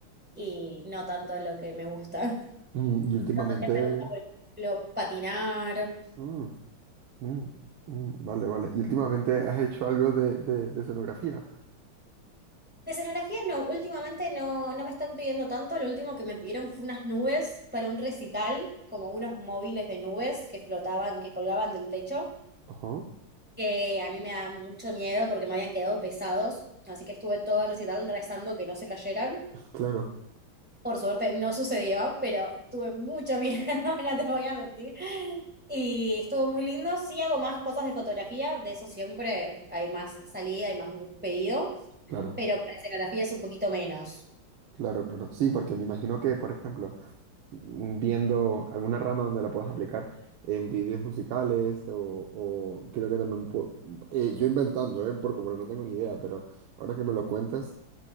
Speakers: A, in the centre; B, on the right (about 80°).
A: y no tanto lo que me gusta.
B: Mm, y últimamente...
A: Pero también me gusta, por ejemplo, patinar,
B: mm, mm, mm, vale, vale. ¿Y últimamente has hecho algo de, de, de escenografía?
A: De escenografía no, últimamente no, no me están pidiendo tanto, lo último que me pidieron fue unas nubes para un recital, como unos móviles de nubes que flotaban, que colgaban del techo,
B: Ajá.
A: que a mí me da mucho miedo porque me habían quedado pesados, así que estuve todo el recital rezando que no se cayeran.
B: <laughs> Claro,
A: Por suerte no sucedió, pero tuve mucho miedo, <laughs> no te voy a mentir. Y estuvo muy lindo, sí hago más cosas de fotografía, de eso siempre hay más salida, hay más pedido,
B: claro,
A: pero para escenografía es un poquito menos.
B: claro, claro. Sí, porque me imagino que, por ejemplo, mm, viendo alguna rama donde la puedas aplicar en vídeos musicales o, o creo que también... pu- eh, yo inventando, ¿eh? Porque, porque no tengo ni idea, pero ahora que me lo cuentas,